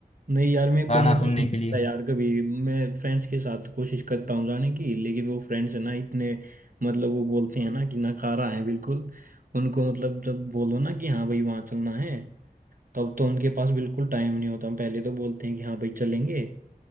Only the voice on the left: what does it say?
गाना
सुनने
के लिए